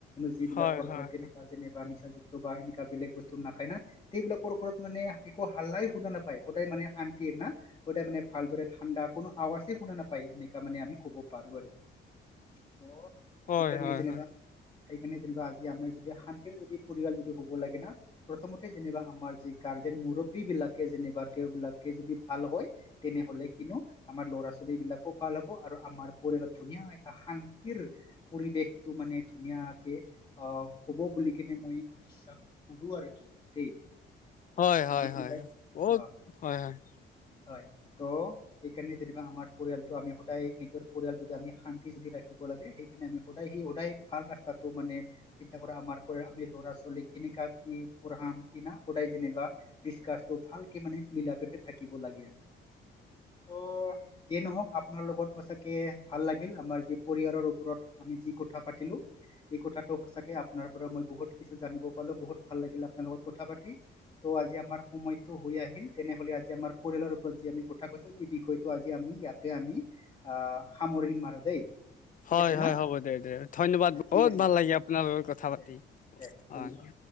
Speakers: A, on the left; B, on the left.
A: যিবিলাকৰ
B: হয় হয়
A: ঘৰত তেনেকুৱা যেনেকা নিচা যুক্ত বা এনেকুৱা বেলেগ বস্তু নাখায় না তেওঁবিলাকৰ ঘৰত মানে একো হাল্লাই শুনা নাপায় সদায় মানে শান্তি কেনা সদায় মানে ভালদৰে ঠাণ্ডা কোনো আৱাজে শুনা নাপায় নেক- তামানে আমি ক'ব পাৰো আৰু কি ত
B: হয়
A: সেইকাৰণে
B: হয়
A: যেনিবা
B: হয়
A: সেইকাৰণে যেনিবা আজি আমাৰ যদি শান্তিৰ যদি পৰিয়াল যদি হ'ব লাগে না প্ৰথমতে যেনিবা আমাৰ যি গা- আৰ্জেন মুৰব্বীবিলাকে যেনেকা তেওঁবিলাকে যদি ভাল হয় তেনেহলে কিনো আমাৰ ল'ৰা ছোৱালীক যিবিলাকক ভাল হব আৰু আমাৰ পৰিয়ালত ধুনীয়া এটা শান্তিৰ পৰিৱেশটো মানে ধুনীয়াকে অ অহ হ'ব বুলি কেনে মই বিশ্বাস কৰো আৰু কি দেই।
B: হয় হয়
A: মই তেনেকুৱাই
B: হয় বৰোত
A: অ
B: হয় হয়।
A: হয় ত সেইকাৰণে যেনিবা আমাৰ পৰিয়ালটো আমি সদায় নিজৰ পৰিয়াল যদি আমি শান্তি যদি ৰাখিব লাগে সেইকাৰণে আমি সদায় সি সদায় ভাল ৰাস্তাটো মানে চিন্তা কৰা আমাৰ পৰা আমি ল'ৰা ছোৱালী খিনিক কাক কি পঢ়াম কিনা সদায় যেনিবা দিস্কাছ ত ভালকে মানে মিলাাপীতে থাকিব লাগে।
B: <inaudible>
A: তো যিয়ে নহওঁক আ আপোনাৰ লগত সঁচাকে ভাল লাগিল। আমাৰ যি পৰিয়াৰৰ ওপৰত আমি যি কথা পাতিলোঁ। এই কথাটো সঁচাকে আপোনাৰ পৰা মই বহুত কিছু জানিব পালোঁ। বহুত ভাল লাগিল আপোনাৰ লগত কথা পাতি। তো আজি আমাৰ সময়টো হৈ আহিল। তেনেহলে আজি আমাৰ পৰিয়ালৰ ওপৰত যি আমি কথা কৈছোঁ, এই বিষয়টো আজি আমি ইয়াত তে আমি অ'- সামৰিম আৰু দেই।
B: হয়
A: ঠিক আছে
B: - হয়।
A: না
B: হ'ব দে - দে। ধন্যবাদ।
A: দে, ঠিক
B: বহুত
A: আছে
B: ভাল লাগিল আপোনাৰ
A: অ,
B: লগত কথা পাতি।
A: দে দে ধন্যবাদ।
B: অ', দিয়া।